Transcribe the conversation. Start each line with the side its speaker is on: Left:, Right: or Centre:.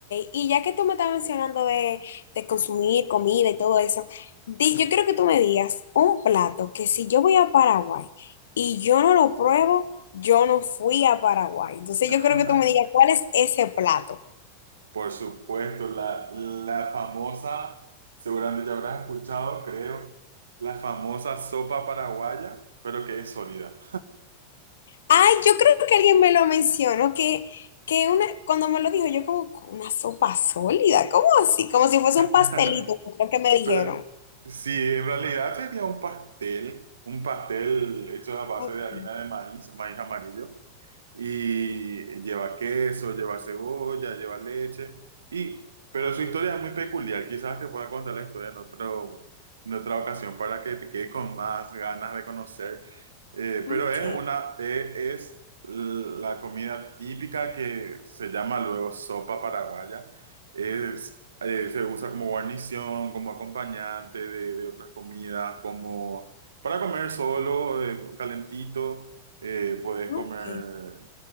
Left: y ya que tú me estás mencionando de, de consumir comida y todo eso, di- yo quiero que tú me digas un plato que si yo voy a Paraguay y yo no lo pruebo, yo no fui a Paraguay. Entonces
Right: <laughs>
Left: yo creo que tú me digas cuál es ese plato.
Right: Por supuesto, la, la famosa, seguramente ya habrás escuchado, creo, la famosa sopa paraguaya, pero que es sólida.
Left: Ay, yo creo que alguien me lo mencionó, que, que una, cuando me lo dijo, yo como una sopa sólida, ¿cómo así? Como si fuese un
Right: <laughs>
Left: pastelito, creo que me dijeron.
Right: Pero sí, en realidad sería un pastel, un pastel hecho a base
Left: Ok,
Right: de harina de maíz, maíz amarillo, y lleva queso, lleva cebolla, lleva leche, y, pero su historia es muy peculiar, quizás te pueda contar la historia en otro, en otra ocasión para que te quedes con más ganas de conocer, Eh,
Left: ok,
Right: pero es una, eh, es la comida típica que se llama luego sopa paraguaya es, eh, se usa como guarnición, como acompañante de, de otras comidas, como para comer solo, eh, calentito, eh, puedes
Left: ok.
Right: comer